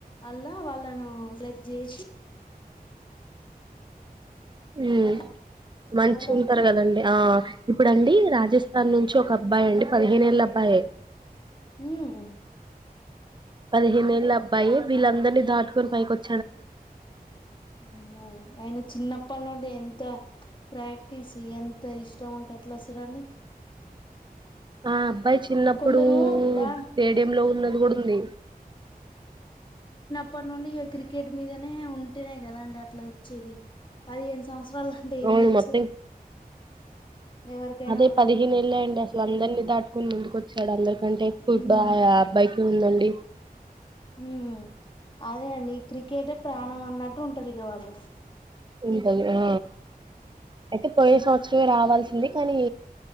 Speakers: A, on the left (about 30°); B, on the right (about 30°).
A: అలా వాళ్ళను సెలెక్ట్ చేసి
B: హమ్
A: అట్లా
B: మంచి
A: వరల్డ్ కప్
B: ఉంటారు
A: కి
B: కదండి ఆ ఎప్పుడండి రాజస్థాన్ నుంచి ఒక అబ్బాయి అండి పదిహేనేళ్ళ అబ్బాయ
A: హమ్
B: పదిహేనేళ్ళ అబ్బాయి వీళ్ళందరినీ దాటి ఫైవ్ కోట్
A: అమో ఆయన చిన్న ప్పనుడిన్ంత ప్రాక్టీస్ ఎంత ఇష్టం ఉంటె అట్లా వస్తారు అండి
B: ఆ అబ్బాయి చిన్నప్పుడు
A: కొందరు బా
B: స్టేడియ లో ఉన్నది కూడా ఉంది
A: అప్పటి నుండి ఇ క్రికెట్ మీదనే ఉంటేనేయి కదాండి అట్ల వచ్చేది పదిహేను సంవత్సరం సరాల అంటే ఏం
B: అవును
A: తెలుసు
B: మొత్తం
A: ఎవరికైనా
B: అదే
A: కూడా
B: పదిహేను ఏళ్ళ అండి అసలు అందరినీ దాటుకొని ముందుక వచ్చ చడ అంటే ఎక్కువ
A: ఉమ్
B: ఇప్పుడు ఆ అబ్బాయికి ఉందండి
A: హమ్ అదే అండి క్రికెటే ప్రాణం అన్నట్టు ఉంటాది ఇక వాళ్ళు కి ఉఫ్
B: ఇంక ఆ అయితే పోయి సంవత్సరమే రావాల్సింది కానీ